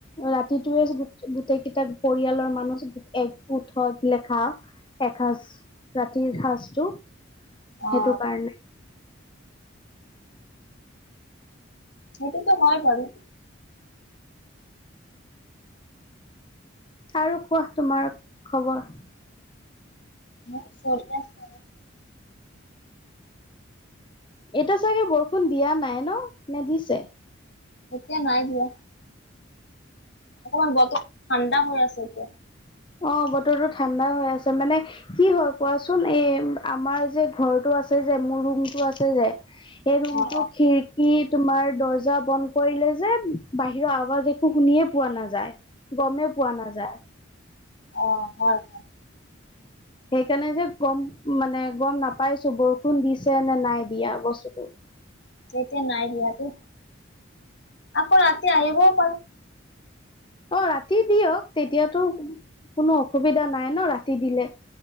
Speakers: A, on the left; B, on the left.
A: ৰাতিটোয়ে যি গোটেই কেইটা পৰিয়ালৰ মানুহ একগোট হয় পিলে খাওঁ। এসাঁজ, ৰাতিৰ সজটো
B: অ
A: সেইটো কাৰণে।
B: সেইটোতো হয় বাৰু।
A: আৰু কোৱা তোমাৰ খবৰ?
B: মুৰ চলি আছে। আৰু
A: এতি চাগে বৰষুণ দিয়া নাই ন নে দিছে?
B: এতিয়া নাই দিয়া। অকণমান বতৰটো ঠাণ্ডা হৈ আছে এতিয়া।
A: অ', বতৰটো ঠাণ্ডা হৈ আছে মানে কি হয় কোৱাচোন এই আমাৰ যে ঘৰটো আছে যে মোৰ ৰুমটো আছে যে? এই ৰৰুমটো
B: অ
A: খি স তোমাৰ দৰ্জা বন্ধ কৰিলে যে বাহিৰৰ আৱাজ একো শুনিয়ে পোৱা নাযায়। গমেই পোৱা নাযায়।
B: অ', হয়।
A: সেইকাৰণে যে গম মানে গম নেপাইছোঁ বৰষুণ দিছে নে নাই দিয়া বস্তুতটো।
B: এতিয়া নাইদিয়া দে আকৌ ৰাতি আহিবও পাৰে।
A: অ', ৰাতি দিয়ক, তেতিয়াতো কোনো অসুবিধা নাই ন ৰাতি দিলে।